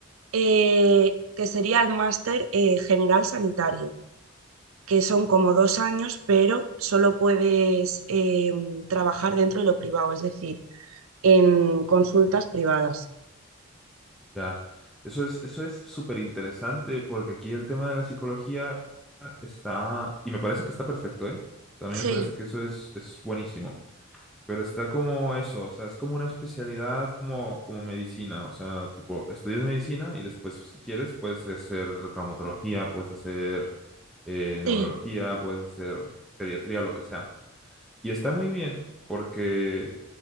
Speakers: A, on the right; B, in the centre.
A: eh, que sería el máster eh, general sanitario que son como dos años, pero solo puedes eh, trabajar dentro de lo privado, es decir, en consultas privadas.
B: Ya. Eso es, eso es súper interesante porque aquí el tema de la psicología está, y me parece que está perfecto, ¿eh? O sea, a mí
A: Sí,
B: me parece que eso es, es buenísimo. Pero está como eso, o sea, es como una especialidad como, como medicina, o sea, tipo, estudias medicina y después, si quieres, puedes hacer traumatología, puedes hacer eh, neurología,
A: sí,
B: puedes hacer pediatría, lo que sea. Y está muy bien porque,